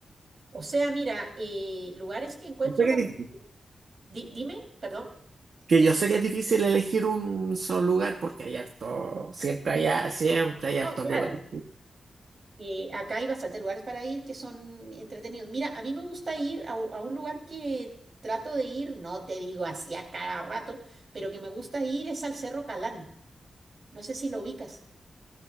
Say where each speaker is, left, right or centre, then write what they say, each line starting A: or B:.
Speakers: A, on the right; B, on the right.
A: O sea, mira, eh, lugares que encuentro
B: Yo sé que
A: como...
B: es difícil.
A: di- dime, perdón.
B: Que yo sé que es difícil elegir un solo lugar porque hay harto, siempre hay, siempre hay
A: No,
B: hartos
A: claro.
B: lugares.
A: eh, acá hay bastantes lugares para ir que son entretenidos. Mira, a mí me gusta ir a, u- a un lugar que trato de ir, no te digo así a cada rato, pero que me gusta ir es al Cerro Calán. No sé si lo ubicas.